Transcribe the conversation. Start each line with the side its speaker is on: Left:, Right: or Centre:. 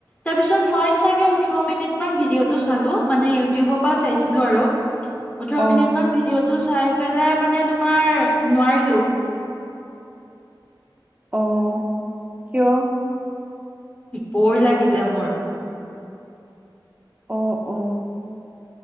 Left: তাৰপিছত মই চাগে ওঠৰ মিনিটমান ভিডিঅ'টো চালো মানে ইউটিউবৰ পৰা চাইছিলো আৰু ওঠৰ
Right: অ
Left: মিনিট মান ভিডিঅ'টো চাই পেলাই মানে তোমাৰ নোৱাৰিলো
Right: অ কিয়
Left: বৰ লাগিলে মোৰ
Right: অ অ